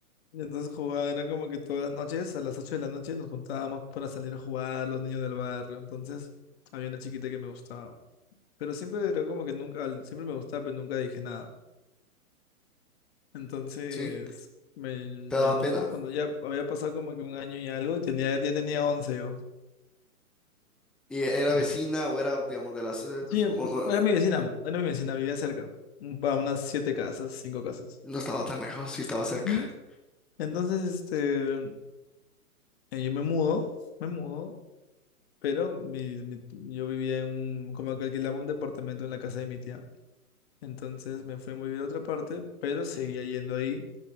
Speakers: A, on the left (about 40°); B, in the centre.
A: y entonces jugaba, era como que todas las noches, a las 8 de la noche nos juntábamos para salir a jugar, los niños del barrio, entonces, había una chiquita que me gustaba, pero siempre era como que nunca, al- siempre me gustaba, pero nunca dije nada. Entonces
B: Sí.
A: me, me
B: te daba
A: mudo
B: pena.
A: cuando ya había pasado como que un año y algo y tenía, ya tenía 11 yo.
B: Y era
A: Me-
B: vecina o era, digamos, de las... eh,
A: Sí,
B: No, no,
A: era mi vecina, era mi vecina, vivía cerca, un- a unas siete casas, cinco casas.
B: no estaba tan lejos, sí estaba cerca.
A: Ujú. Entonces, este, eh, yo me mudo, me mudo, pero mi- mi- yo vivía en un, como que alquilaba un departamento en la casa de mi tía. Entonces me fui a vivir a otra parte, pero seguía yendo ahí